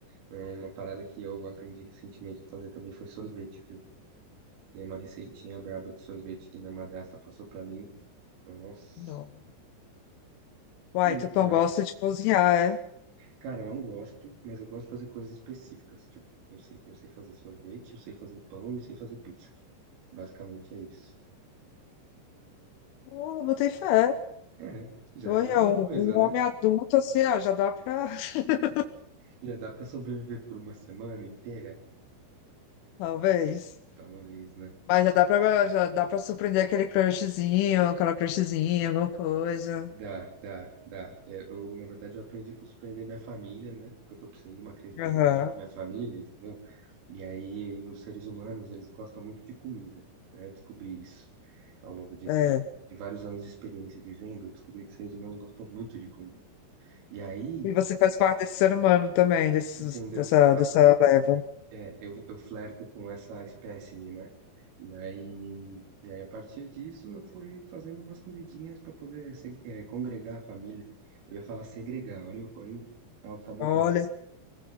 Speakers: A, on the right; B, on the left.
A: Não, Uma parada que eu aprendi recentemente a fazer também foi sorvete, viu? Tem uma receitinha braba de sorvete que minha madrasta passou pra mim. Nossa,
B: Não. Uai,
A: muito
B: tu não
A: massa.
B: gosta de cozinhar, é?
A: Cara, eu não gosto, mas eu gosto de fazer coisas específicas. Tipo, eu sei, eu sei fazer sorvete, eu sei fazer pão e sei fazer pizza. Basicamente é isso.
B: Pô, botei fé.
A: É, já
B: Olha,
A: é alguma
B: um,
A: coisa,
B: um
A: né?
B: homem adulto assim, ah, já dá pra. <laughs>
A: Já dá pra sobreviver por uma semana inteira?
B: Talvez.
A: Talvez, né?
B: Mas já dá pra, já dá pra surpreender aquele crushzinho, aquela crushzinha, alguma coisa.
A: Dá, dá, dá. É, Eu, na verdade, eu aprendi para surpreender minha família, né? Porque eu tô precisando de uma credibilidade
B: Aham,
A: com a minha família, entendeu? E aí, os seres humanos, eles gostam muito de comida, né? Eu descobri isso ao longo de,
B: é.
A: de vários anos de experiência vivendo, eu descobri que seres humanos gostam muito de comer. E aí,
B: E você faz parte desse ser humano também, desses,
A: entendeu?
B: dessa,
A: Eu faço.
B: dessa leva.
A: É, eu, eu flerto com essa espécime, né? E aí, e aí, a partir disso, eu fui fazendo umas comidinhas para poder se- é, congregar a família. Eu ia falar segregar, olha, o- olha o- a autossabotagem.
B: Olha,